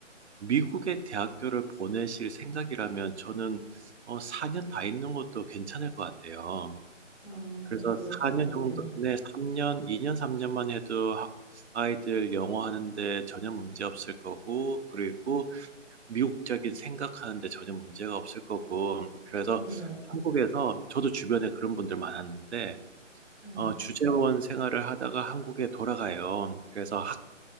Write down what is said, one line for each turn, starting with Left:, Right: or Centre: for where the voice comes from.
Right: 미국의 대학교를 보내실 생각이라면 저는 어 4 년 다 있는 것도 괜찮을 것 같아요.
Left: 아,
Right: 그래서
Left: 그럴까요?
Right: 4년 정도
Left: 네.
Right: 네 3 년 2년 3 년만 해도 학 아이들 영어 하는데 전혀 문제 없을 거고 그리고 미국적인 생각하는데 전혀 문제가 없을 거고 그래서
Left: 네.
Right: 한국에서 저도 주변에 그런 분들 많았는데
Left: 네.
Right: 어 주재원 생활을 하다가 한국에 돌아가요. 그래서 학